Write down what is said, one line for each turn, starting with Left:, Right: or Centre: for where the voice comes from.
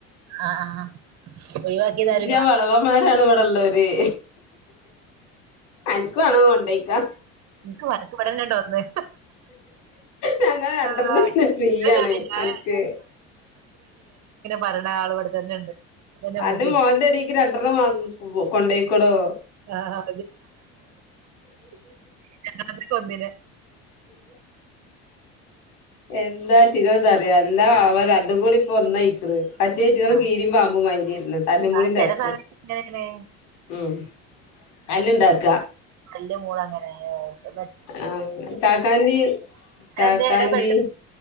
Right: ആഹ് ആഹ് ഒഴിവാക്കിയത് ആരും
Left: നല്ല
Right: കാണൂല
Left: വളവന്മാരാണ് ഇവിടെള്ളോര് അനക്ക് വാണേ കൊണ്ടോയ്ക്കോ
Right: എനിക്ക് വടക്ക് ഇവിടന്നെയുണ്ട് ഒന്ന്
Left: ഞങ്ങൾ
Right: അല്ലാഹ്
Left: <unintelligible> ഫ്രീയാണ്
Right: ഞാൻ
Left: അൻക്ക്
Right: പറെണാള് ഇവിടെ തന്നെണ്ട് ഇതന്നെ
Left: അന്റെ
Right: മതി
Left: മോന്റെ അടീക്ക് രണ്ടെണ്ണം വാങ്ങി കൊണ്ടോയിക്കോടോ
Right: ആഹ് <unintelligible> <unintelligible> ഒന്നിന്
Left: എന്താ <unintelligible> അറിയാ എല്ലാം അവരണ്ടും കൂടി ഇപ്പൊ ഒന്നയ്ക്കിണ് അറ്റേറെറങ്ങള്
Right: ആഹ്
Left: കീരീം പാമ്പും മാര്യേരിന്ന് കല്ലും പൊടിം
Right: അത്
Left: <unintelligible>
Right: ചില സമയത്ത് ഇങ്ങനെയാണ്
Left: ഉം തല്ലിണ്ടാക്ക
Right: ന്റെ മോള് അങ്ങനെയാ എ
Left: ആഹ് കാക്കാന്റിം കാക്കാന്റിം
Right: എല്ലാം